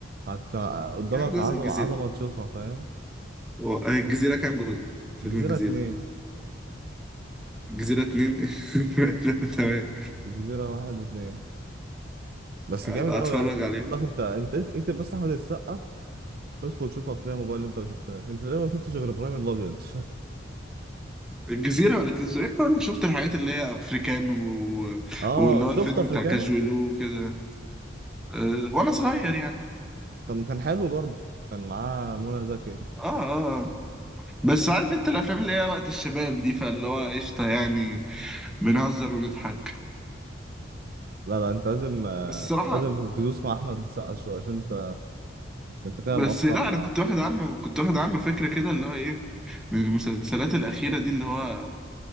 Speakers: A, on the right; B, in the centre.
A: حتى قدامك
B: كام جزء
A: عظمة
B: الجزيرة
A: عظمة تشوفها فاهم
B: و- الجزيرة كام جزء فيلم
A: جزيرة
B: الجزيرة
A: اتنين
B: الجزيرة اتنين <laughs> تمام
A: جزيرة واحد واتنين بس
B: ابقى
A: جامد قوي
B: اتفرج
A: يعني بقول
B: عليه
A: لك انت انت اكتب بس احمد السقا وادخل شوف افلام موبايل اللي انت ما شفتها انت تقريبا ما شفتش غير ابراهيم الابيض <laughs>
B: الجزيرة ولا تيتو ايه كل شفت الحاجات اللي هي افريكان و...
A: اه
B: واللي هو
A: شفت
B: الفيلم
A: افريكانو
B: بتاع كاجولو وكده أه وانا صغير يعني
A: طب ما كان حلو برضه كان معاه منى زكي
B: اه اه آه. بس عارف انت الافلام اللي هي وقت الشباب دي فاللي هو قشطة يعني بنهزر ونضحك
A: لا لا انت لازم آه،
B: بس الصراحة
A: لازم تدوس مع احمد السقا شويه عشان انت انت كده
B: بس
A: مقصر
B: لا انا
A: معاه
B: كنت واخد عنه كنت واخد عنه فكرة كده اللي هو ايه من المسلسلات الأخيرة دي اللي هو